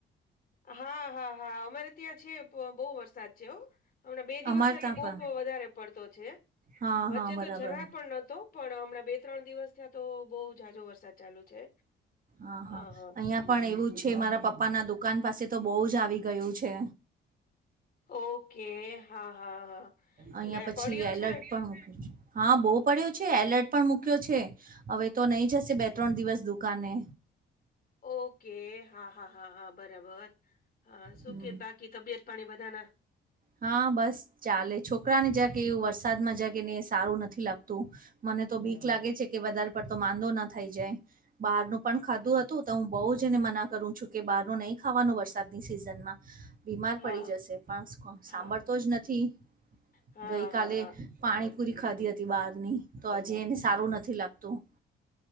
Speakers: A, on the left; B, on the right.
A: હા હા હા અમારે ત્યાં છે બહ બહુ વરસાદ છે. હમણાં બે દિવસે
B: અમારે ત્યાં
A: તો બહુ
B: પણ
A: વધારે પડતો છે.
B: હા
A: વચ્ચે
B: હા બરાબર
A: તો જરા પણ નહોતો પણ હમણાં બે ત્રણ દિવસ ત્યાં તો બહુ જાજો વરસાદ ચાલુ છે.
B: હા-હા
A: હા હા
B: અહિયાં પણ એવું છે, મારા પપ્પા ના દુકાન પાસે તો બહુ જ આવી ગયું છે.
A: ઓકે હા હા હા
B: અહિયાં
A: એટલે
B: પછી
A: પડ્યો
B: એલર્ટ
A: છે
B: પણ, ઉઠું છે. હા બહુ પડ્યો છે એલર્ટ પણ મૂક્યો છે હવે તો નહી, જશે બે ત્રણ દિવસ દુકાને
A: ઓકે, હા, હા, હા, હા, બરાબર. હા, શું
B: હમ
A: કે બાકી? તબિયત પાણી બધા ના
B: હા, બસ ચાલે. છોકરાને જાગ, એવું વરસાદમાં જાગ ને સારું નથી લાગતું. મને તો બીક લાગે છે, કે વધારે પડતો માંંદો ના થાય જાય બહારનું પણ ખાધું હતું, તો હું બહુ જ એને મના કરું છું કે, બહારનું નહીં ખાવાનું વરસાદની સિઝનમાં બીમાર
A: હા
B: પડી જશે, પણ સાંભળતો
A: હા
B: જ નથી,
A: હા,
B: ગઈ
A: હા,
B: કાલે.
A: હા.
B: પાણીપુરી ખાધી હતી બહારની, તો હજી એને સારું નથી લાગતું.